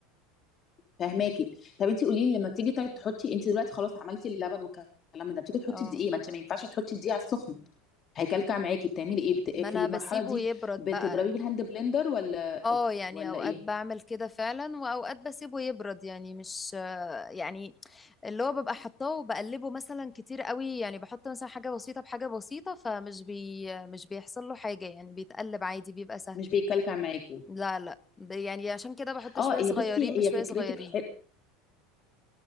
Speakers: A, on the left; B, on the left.
A: فاهماكي طب انت قولي لي لما بتيجي طيب تحطي انت دلوقتي خلاص عملتي اللبن والكلام ده بتيجي تحطي
B: اه
A: الدقيق ما انت ما ينفعش تحطي الدقيق على السخن هيكلكع معاكي بتعملي ايه بت...
B: ما انا
A: في المرحله
B: بسيبه
A: دي
B: يبرد
A: بتضربيه
B: بقى
A: بالهاند بلندر ولا
B: اه يعني
A: ولا
B: اوقات
A: ايه
B: بعمل كده فعلا واوقات بسيبه يبرد يعني مش آه، يعني اللي هو ببقى حطاه وبقلبه مثلا كتير قوي يعني بحط مثلا حاجة بسيطة بحاجة بسيطة فمش بي مش بيحصل له حاجة يعني بيتقلب عادي بيبقى سهل
A: مش بيكلكع معاكي
B: لا لا ب- يعني عشان كده بحط
A: اه
B: شوية
A: هي
B: صغيرين
A: بصي
B: بشوية
A: هي فكرتك
B: صغيرين
A: حلوه